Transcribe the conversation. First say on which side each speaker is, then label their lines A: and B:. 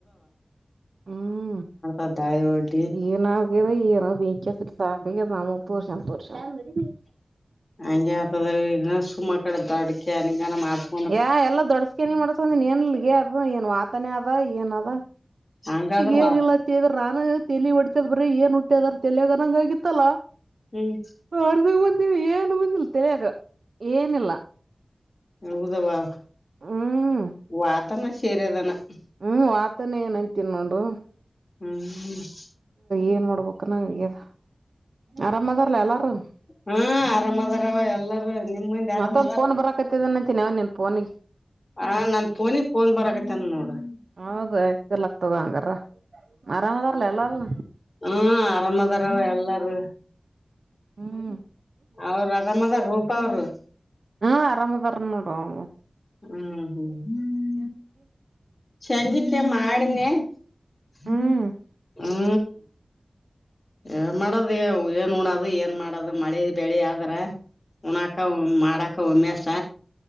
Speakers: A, on the right; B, on the left.
A: ಹ್ಮ್.
B: ಆ ದಾಳಿ ಒಡ್ಲಿ..
A: ಏನದೈದೆ ಗೊತಿಲ ಟರ್ಸ್ನಡು ಎನ್ ಮಾಡ್ಬೇಕು. ಬೆಂಕಿ ಅಚ್ಚಳಿ
B: ಹಂಗೆ ಆತದ ಇ ಸುಮ್ಮ ಕಡೆ ದೊಡ್ಕ ಸ್ಕ್ಯಾನಿಂಗ್ ಮಾಡ್ಸು.
A: ಯಏ ಎಲ್ಲಾ ದೊಡ್ಸ್ಕನಿ ಮಾಡಸಂದ ನೀ ನ್ಗ ಅದು ಏನ್ ವಾತನೇ ಅದ ಏನ್ ಅದ.
B: ಹಂಗಾದ್ರರು..
A: ಏನ ಇಿಲ್ಲತ್ತ್ರ ನಾನು ತಲಿ ಹೊಡತದ್ ಬ್ರಿ ಏನ್ ಹಟ್ಟ್ಯದ ತಲಯಗನಂಗ ಆಗಿತ್ತಲ್ಲಾ.
B: ಹ್ಮ್.
A: ಹೊರ್ದಗ್ ಬಂದಿ ಏನು ಬಂದಿಲ್ಲ ತಲ್ಯಾಗ್ ಏನಿಲ್ಲ.
B: ಹೌದವಾ
A: ಹ್ಮ್
B: ವಾತನ ಸೇರಿದಾನ ಏನು.
A: ಹ್ಮ್ ವಾತಾನ ಏನ್ಂತಿನ ನೋಡು.
B: ಹ್ಮ್.
A: ಏನ್ ಮಾಡ್ಬೇಕನ ಎನ್ ಆರಾಮ್ ಅದಾರಲ್ಲ ಎಲ್ಲಾರು.
B: ಹೂ ಆರಾಮದಾರವ ಎಲ್ಲಾರೂ ನಿಮ್ಮ ಮುಂದೀ ಆರಾಮ
A: ಮತ್ತೊಂದ್
B: ಅದಾರ.
A: ಫೋನ್ ಬರಾಕತ್ತದನಂತಿನವ ನಿನ್ ಫೋನಿಗೆ
B: ಹ ನನ್ ಫೋನಿಗೆ ಫೋನ್ ಬರಗತ್ತನ್ ನೋಡು.
A: ಹೌದು ಯಾಕ ಇರಲಕ ತಗ ಹಂಗಾರ ಆರಾಮ್ದಾರಲ ಎಲ್ಲರು
B: ಹ್ಮ ಆರಾಮದಾರವ ಎಲ್ಲರೂ.
A: ಹ್ಮ್
B: ಅವರು ಅರಾಮದಾರ ರೂಪ ಅವರು.
A: ಹ್ಮ್ ಆರಾಮ ಅದರ ನೋಡು ಅವರು.
B: ಹ್ಮ್ ಹ್ಮ್. ಸಂಜಿಕೆ ಮಾಡನೆ ಮಾಡಿದಿ
A: ಹ್ಮ್
B: ಏನ್ ಮಾಡೋದು ಏನ್ ಉಣದು ಏನ್ ಮಾಡೋದು ಮಳಿ ಬೆಳಿ ಆದ್ರ ಉಣಕ ಮಾಡಕ ಉಮ್ಮೆಸ.